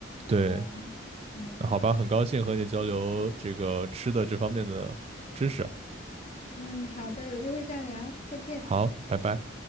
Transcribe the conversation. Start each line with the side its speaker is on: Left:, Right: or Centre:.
Right: 对。
Left: 哦，嗯
Right: 那好吧，很高兴和你交流这个吃的这方面的知识。
Left: 嗯，好的，有机会再聊，再见。
Right: 好，拜拜。